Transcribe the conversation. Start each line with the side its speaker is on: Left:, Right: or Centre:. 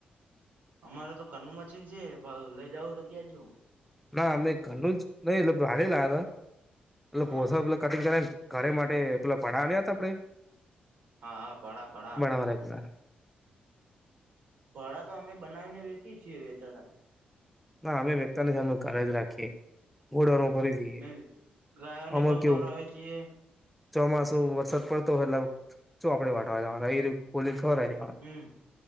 Right: અમારે તો ઘરનું મશીન છે પણ લઈ જવ તો ક્યાં જવું
Centre: ના અમે ઘરનું જ નહી એટલે ભાડે લાયા તા એટલે ઓલા
Right: હા
Centre: પોસા પ કટિંગ કરને ઘરે માટે એકલા પડા રયાતા ભાઈ
Right: હા હા પડા પડા
Centre: <unintelligible>
Right: પળા તો અમે બનાવીને વેચિયે જ છીએ વેચાતા
Centre: ના અમે વેંચતા નથી અમે ઘરે જ રાખીયે ગોડાણો ભરી દઈએ
Right: મે ગાયોને
Centre: આમાં
Right: પણ ખવડાવે
Centre: કેવું
Right: છીએ
Centre: ચોમાસું વરસાદ પડતો હોય એટલે શું આપડે વાટવા જવાના <unintelligible>
Right: હમ